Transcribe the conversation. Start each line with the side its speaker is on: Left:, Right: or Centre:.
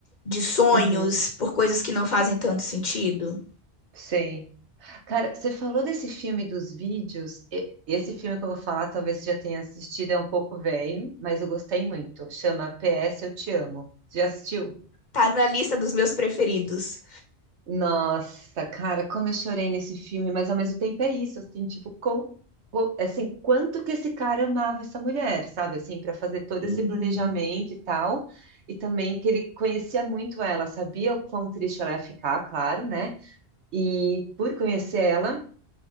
Left: de sonhos
Right: uhum,
Left: por coisas que não fazem tanto sentido.
Right: sei. Cara, você falou desse filme dos vídeos. e- Esse filme que eu vou falar, talvez você já tenha assistido, é um pouco velho, mas eu gostei muito. Chama PS Eu Te Amo. Você já assistiu?
Left: Tá na lista dos meus preferidos.
Right: Nossa, cara, como eu chorei nesse filme, mas ao mesmo tempo é isso, assim, tipo, com, com- assim, quanto que esse cara amava essa mulher, sabe, assim, para fazer todo
Left: Uhum,
Right: esse planejamento e tal, e também que ele conhecia muito ela, sabia o quão triste ela ia ficar, claro, né, e por conhecer ela,